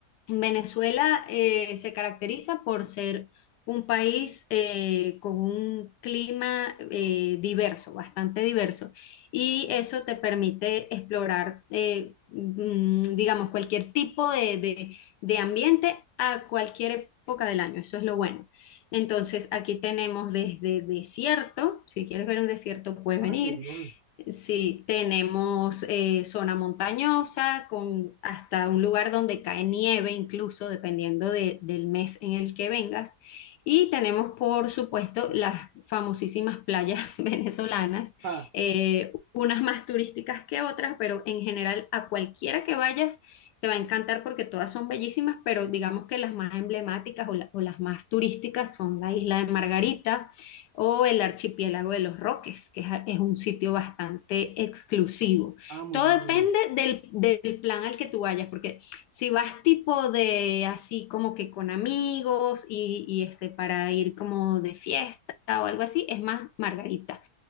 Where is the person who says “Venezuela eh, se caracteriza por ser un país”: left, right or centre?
Left